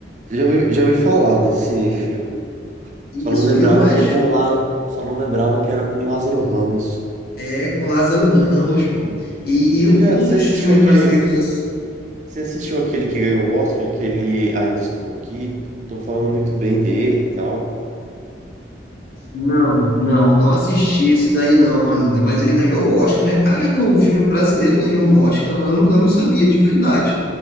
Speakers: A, on the right (about 40°); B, on the left (about 50°).
A: Você já ouviu, já ouvi falar desse filme.
B: Isso,
A: Só não lembrava
B: e o mais
A: que é com lá, só não lembrava que era com Lázaro Ramos.
B: é com Lázaro Ramos, pô. E,
A: Você
B: e um
A: já,
B: e um
A: você
B: dos
A: assistiu
B: filmes
A: aquele,
B: brasileiros
A: você assistiu aquele que ganhou o Oscar, aquele Ainda Estou Aqui? Estão falando muito bem dele e tal.
B: Não, não, não assisti esse daí não ainda, mas ele ganhou o Oscar, né? Caraca, um filme brasileiro ganhou um Oscar, eu não, eu não sabia, de verdade.